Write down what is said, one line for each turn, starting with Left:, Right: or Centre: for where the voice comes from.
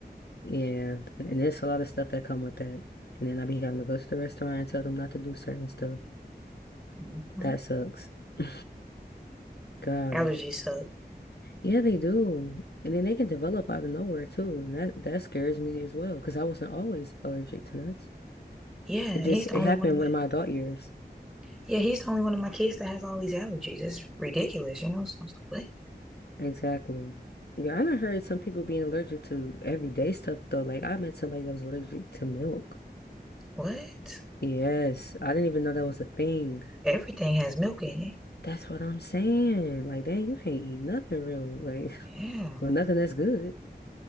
Left: Yeah, and there's a lot of stuff that come with that. And then I be having to go to the restaurant and tell them not to do certain stuff.
Centre: Mm-hmm.
Left: That sucks. <laughs> Gosh.
Centre: allergies suck.
Left: Yeah, they do. And then they can develop out of nowhere too. And that that scares me as well because I wasn't always allergic to nuts.
Centre: Yeah,
Left: It
Centre: he's
Left: just
Centre: the
Left: it
Centre: only
Left: happened
Centre: one of my
Left: in my adult years.
Centre: yeah, he's the only one of my kids that has all these allergies. It's ridiculous, you know. So I was like,
Left: Exactly. Yeah, I done heard some people being allergic to everyday stuff though. Like I met somebody that was allergic to milk.
Centre: what? What?
Left: Yes, I didn't even know that was a thing.
Centre: Everything has milk in it.
Left: That's what I'm saying. Like, dang, you can't eat nothing really. Like,
Centre: Yeah,
Left: <laughs> well, nothing that's good.